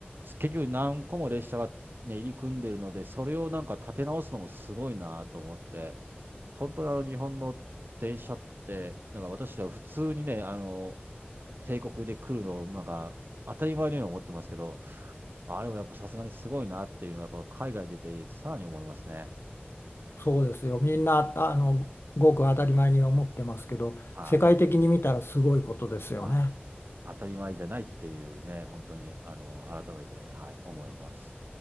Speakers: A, on the right (about 60°); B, on the left (about 75°).
A: 結局何個も列車がね、入り組んでるので、それをなんか建て直すのもすごいなと思って、本当にあの日本の電車って、なんか私は普通にね、あの、帝国で来るのをなんか当たり前のように思ってますけど、あれもやっぱさすがにすごいなっていうのはやっぱ海外出てさらに思いますね。
B: そうですよ。みんな、あの、ごく当たり前に思ってますけど、
A: は
B: 世界的に見たらすごいことですよね。
A: い。はい当たり前じゃないっていうね、本当に、あの、改めて、はい、思います。